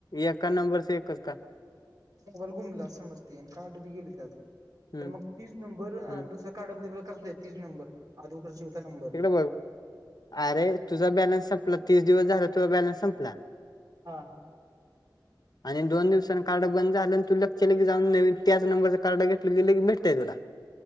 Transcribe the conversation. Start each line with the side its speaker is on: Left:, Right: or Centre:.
Left: एका नंबरच एकच का
Right: मोबाईल गुमला समज ते कार्ड बी गेलं त्यात,
Left: हम्म
Right: तर मग तीच नंबर
Left: हम्म
Right: दुस कार्ड मध्येला कस तीच नंबर, आधी होता तोच नंबर
Left: तिकडे अरे तुझा बॅलन्स संपला, तीस दिवस झाला तुझा बॅलन्स संपला.
Right: हां
Left: आणि दोन दिवसां कार्ड बंद झालं, आणि तू लगच्य लगे जाऊन त्याच नंबरचं कार्ड घेटलं, की लगी भेटतंय तुला.